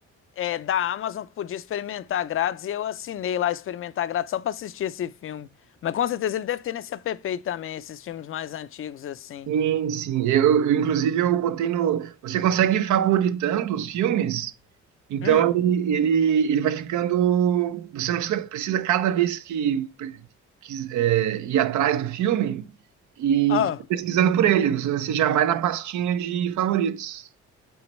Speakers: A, on the left (about 45°); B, on the right (about 75°).
A: é, da Amazon que podia experimentar grátis e eu assinei lá experimentar grátis só pra assistir esse filme. Mas com certeza ele deve ter nesse app aí também, esses filmes mais antigos assim.
B: Sim, sim. Eu, eu, inclusive, eu botei no. Você consegue ir favoritando os filmes, então
A: Hum.
B: ele, ele, ele vai ficando. Você não precisa, precisa cada vez que, que é, ir atrás do filme e
A: Ah,
B: fica pesquisando por ele. Você, você já vai na pastinha de favoritos.